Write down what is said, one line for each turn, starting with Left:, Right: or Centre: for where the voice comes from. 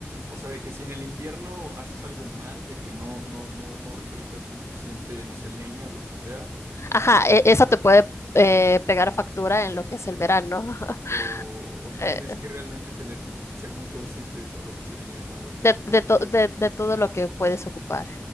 Right: O sea, de que si en el invierno haces algo mal, de que no, no, no, no recolectaste suficiente, no sé, leña o lo que sea,
Left: Ajá,
Right: este,
Left: e- esa te puede eh, pegar factura en lo que es el verano, <laughs>
Right: o, o sea,
Left: eh,
Right: tienes que realmente tener, ser muy consciente de todo lo que se viene, ¿no? De- del
Left: de,
Right: futuro.
Left: de, to- de- de todo lo que puedes ocupar.